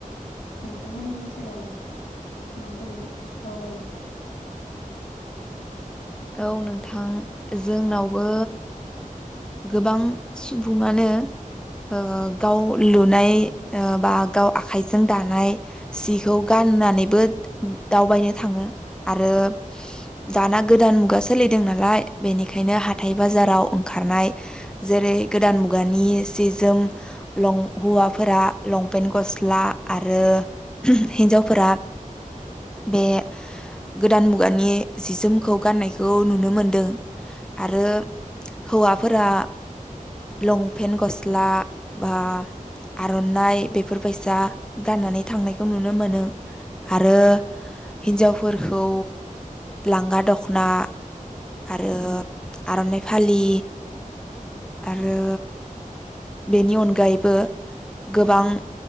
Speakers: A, on the left; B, in the centre.
A: नोंथांमोननि ओनसोलावलाय माबोरै दावबायो
B: औ नोंथां। जोंनावबो गोबां बुङानो ओं गाव लुनाय ओं बा गाव आखाइजों दानाय सिखौ गाननानैबो दावबायनो थाङो आरो दाना गोदान मुगा सोलिदों नालाय बेनिखायनो हाथाइ बाजाराव ओंखारनाय जेरै गोदान मुगानि सि जोम लं हौवाफोरा लंपेन्ट गस्ला आरो हिन्जावफोरा बे गोदान मुगानि जि जोम खौ गाननायखौ नुनो मोनदों आरो हौवाफोरा लंपेन्ट गस्ला बा आर'नाइ बेफोरबायैसा गाननानै थांनायखौ नुनो मोनो आरो हिन्जावफोरखौ लांगा दख'ना आरो आर'नाइ फालि आरो बेनि अनगायैबो
A: औ
B: गोबां